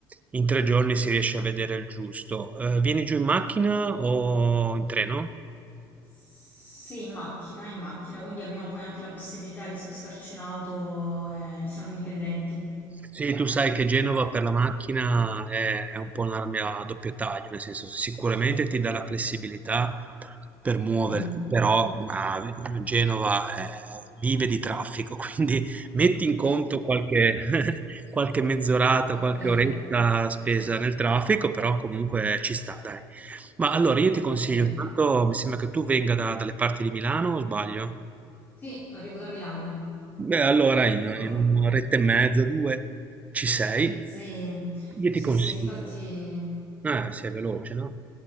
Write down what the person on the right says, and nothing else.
in tre giorni si riesce a vedere il giusto. Eh, vieni giù in macchina o in treno?
Sì, tu sai che Genova per la macchina è, è un po' un'arma a doppio taglio, nel senso sicuramente ti dà la flessibilità per muoverti,
però ma, Genova eh, vive di traffico, <laughs> quindi metti in conto qualche, <laughs> qualche mezz'orata,
qualche oretta spesa nel traffico, però comunque ci sta, dai. Ma allora io ti consiglio,
intanto mi sembra che tu venga da- dalle parti di Milano o sbaglio?
Beh, allora in,
in un'oretta e mezza, due, ci sei.
Io
ti consiglio,
ah, sei veloce, no?